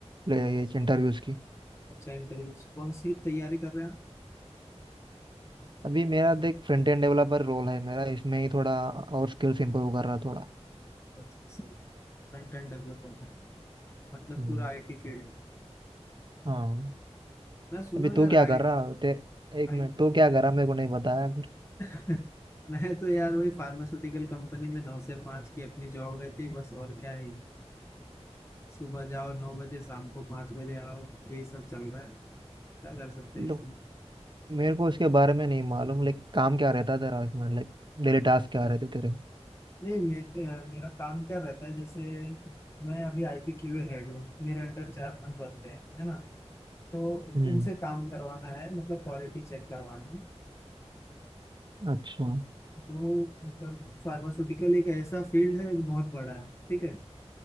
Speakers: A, on the right (about 45°); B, on the left (about 25°).
A: इंटरव्यूज की
B: अच्छा इंटरव्यू कौन सी तैयारी कर रहे हैं आप
A: अभी मेरा देख फ्रंट एंड डेवलपर रोल है मेरा इसमें ही थोड़ा और स्किल्स इंप्रूव कर रहा थोड़ा
B: अच्छा सही फ्रंट एंड डेवलपर मतलब
A: हम्म,
B: पूरा आईटी फील्ड
A: हाँ
B: मैं सुना
A: अभी तू
B: यार
A: क्या
B: आई
A: कर रहा तेरे एक
B: आई
A: मिनट तू क्या कर रहा मेरे को नहीं बताया फिर
B: <laughs> मैं तो यार वही फार्मास्यूटिकल कंपनी में नौ से पाँच की अपनी जॉब रहती है बस और क्या है सुबह जाओ नौ बजे शाम को पाँच बजे आओ यही सब चल रहा है क्या कर सकते हैं इसमें
A: लो मेरे को उसके बारे में नहीं मालूम लाइक काम क्या रहता है तेरा इसमें लाइक डेली टास्क क्या रहते तेरे
B: नहीं मे, अ, मेरा काम क्या रहता है जैसे मैं अभी आईपी क्यूए हेड हूँ मेरे अंडर चार पांच बंदे हैं है ना तो
A: हम्म
B: उनसे काम करवाना है मतलब क्वालिटी चेक करवाना है
A: अच्छा
B: जो मतलब फार्मास्यूटिकल एक ऐसा फील्ड है जो बहुत बड़ा है ठीक है